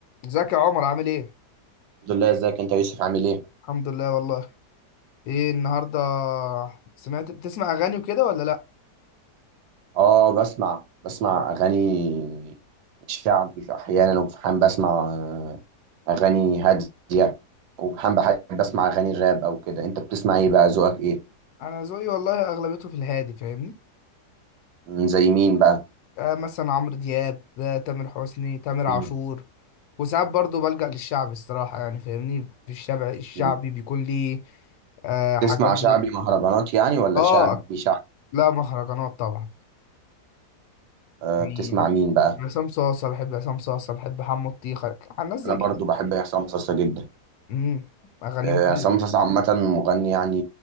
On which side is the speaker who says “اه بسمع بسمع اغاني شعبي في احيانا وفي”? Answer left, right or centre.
Right